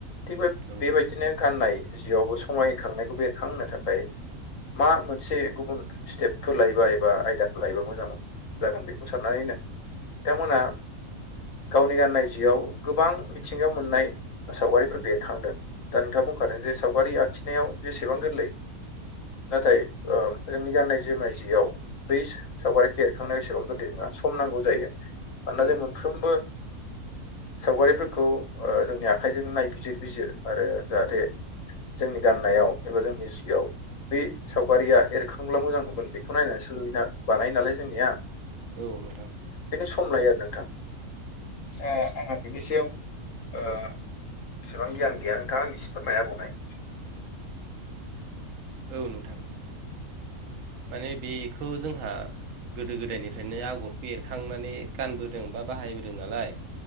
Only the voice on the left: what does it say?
थिग बे
बेबायदिनो गाननाय जिआवबो समायखांनायखौ बेरखांहोनो थाखाय मा मोनसे गुबुन स्टेपफोर लायोबा एबा आयदाफोर लायोबा मोजां जागोन बेखौ साननानैनो नोंथां मोना गावनि गाननाय जिआव गोबां मिथिंगायाव मोननाय सावगारिफोर बेरखांदों दा नोंथाङा बुंखादों जे सावगारि आखिनायाव जेसेबां गोरलै नाथाय ओ जोंनि गानाय जोमनाय जिआव बै सावगारिखौ एरखांनायाव एसेबां गोरलै नङा सम नांगौ जायो मानोना
जों मोनफ्रोमबो सावगारिफोर खौ ओ जोंनि आखाइजों नायबिजिर बिजिर आरो जाहाथे जोंनि गाननायाव एबा जोंनि जिआव बे सावगारिया एर खांब्ला मोजां नुगोन बेखौ नायनानैसोै लुयोना बानायो नालाय जोंनिया
बेखायनो सम लायो आरो नोंथां ओह ओह बिनि सायाव ओ बेसिबां गियान गैया नोंथाङा एसे फोरमायना होबावनाय